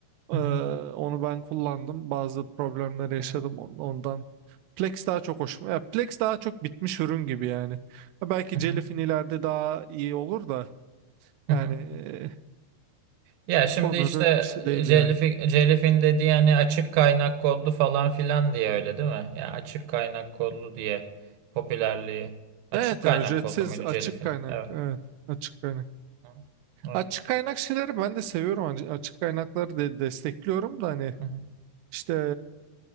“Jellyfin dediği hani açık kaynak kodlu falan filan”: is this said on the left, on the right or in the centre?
Right